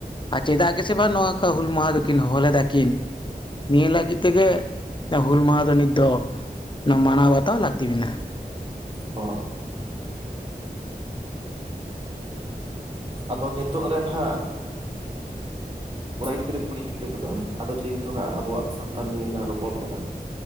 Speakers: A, on the left; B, on the right.
A: ᱟᱨ ᱪᱮᱫᱟᱜ ᱜᱮᱥᱮ ᱵᱟᱝ ᱱᱚᱣᱟᱠᱟ ᱦᱩᱞ ᱢᱟᱦᱟ ᱫᱚᱠᱤᱱ ᱦᱚᱦᱚ ᱞᱮᱫᱟᱠᱤᱱ? ᱱᱤᱭᱟᱹ ᱞᱟᱹᱜᱤᱫ ᱛᱮᱜᱮ ᱦᱩᱞ ᱢᱟᱦᱟ ᱫᱚ ᱱᱤᱛ ᱫᱚ ᱱᱚᱣᱟ ᱢᱟᱱᱟᱣ ᱵᱟᱛᱟᱣ ᱞᱟᱹᱠᱛᱤ ᱢᱮᱱᱟᱜᱼᱟ᱾
B: ᱦᱳ ᱟᱫᱚ ᱱᱤᱛᱚᱜ ᱨᱮ ᱱᱟᱦᱟᱜ ᱠᱚᱲᱟ ᱜᱤᱫᱽᱨᱟᱹ ᱠᱩᱲᱤ ᱜᱤᱫᱽᱨᱟᱹ ᱠᱚᱫᱚ ᱟᱫᱚ ᱡᱮᱦᱮᱛᱩ ᱦᱟᱸᱜ ᱟᱵᱚᱣᱟᱜ ᱥᱟᱱᱛᱟᱞ ᱱᱤᱭᱟᱹ ᱞᱟᱝ ᱨᱚᱯᱚᱲ ᱠᱟᱱᱟ᱾